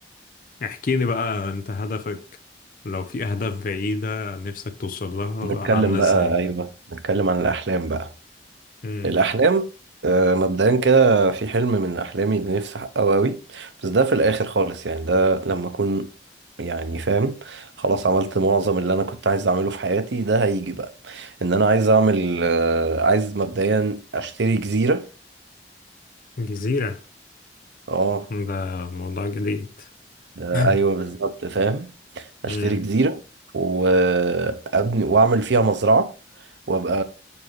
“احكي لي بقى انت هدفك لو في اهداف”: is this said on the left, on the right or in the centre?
Left